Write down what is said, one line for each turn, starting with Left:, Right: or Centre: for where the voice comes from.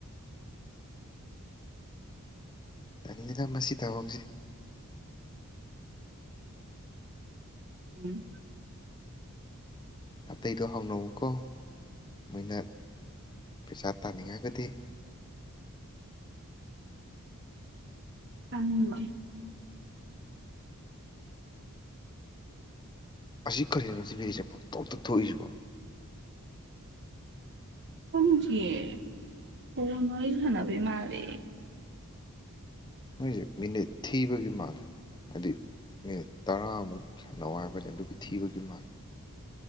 Left: ꯇꯜꯂꯤꯗ ꯃꯁꯤ ꯊꯕꯛꯁꯤ꯫
Right: ꯎꯝ꯫
Left: ꯑꯇꯩꯗꯣ ꯍꯪꯅꯧꯑꯣꯀꯣ ꯃꯣꯏꯅ ꯄꯩꯁꯥ ꯇꯥꯅꯤꯡꯉꯒꯗꯤ꯫
Right: ꯇꯪꯗ꯭ꯔꯤ꯫
Left: ꯑꯁꯤ ꯀꯔꯤꯔ <unintelligible> ꯄꯪꯊꯣꯛꯇ ꯊꯣꯛꯏꯁꯤꯕꯣ꯫
Right: ꯁꯖꯤꯦ ꯍꯅꯔ ꯍꯅꯕꯃꯔꯦ
Left: ꯃꯣꯏꯖꯦ ꯃꯤꯅꯤꯠ ꯊꯤꯕꯒꯤ ꯃꯥꯜꯂꯦ ꯍꯥꯏꯗꯤ ꯃꯤꯅꯤꯠ ꯇꯔꯥꯃꯨꯛ ꯁꯥꯟꯅꯧ ꯍꯥꯏꯕꯅꯤ ꯑꯗꯨꯒꯤ ꯊꯤꯕꯒꯤ ꯃꯥꯜꯂꯦ꯫